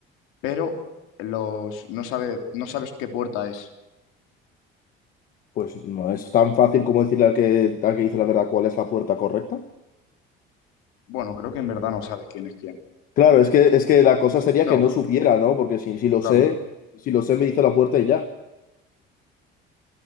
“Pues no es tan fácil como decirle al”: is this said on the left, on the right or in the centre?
Left